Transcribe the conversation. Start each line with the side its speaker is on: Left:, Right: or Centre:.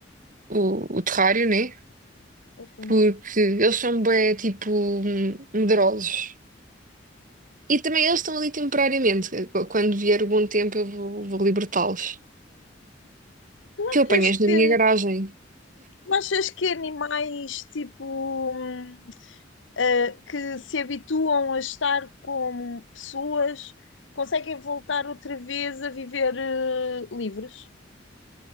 Right: o, o terrário, né?
Left: Ok.
Right: porque eles são bem, tipo, medrosos. E também eles estão ali temporariamente. Quando vier o bom tempo, eu vou, vou libertá-los.
Left: Tu
Right: Que
Left: achas
Right: eu apanhas na
Left: que,
Right: minha garagem.
Left: tu achas que animais tipo hum, eh, que se habituam a estar com pessoas conseguem voltar outra vez a viver eh, livres?